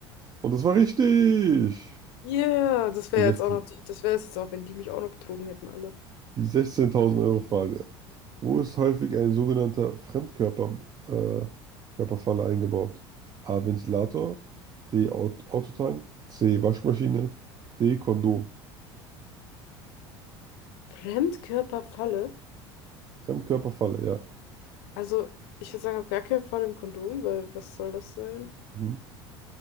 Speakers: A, on the right; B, on the left.
A: Und das war richtig.
B: Ja, yeah, das wäre
A: Die 16.
B: jetzt auch noch, die- das wäre es jetzt auch, wenn die mich auch noch betrogen hätten, alle.
A: Die 16.000 Euro Frage. Wo ist häufig ein sogenannter Fremdkörper, äh, Körperfalle eingebaut? A. Ventilator, D. Aut Autotank, C. Waschmaschine, D. Kondom.
B: Fremdkörperfalle?
A: Fremdkörperfalle, ja.
B: Also, ich würde sagen, auf gar keinen Fall im Kondom, weil was soll das sein?
A: Mhm.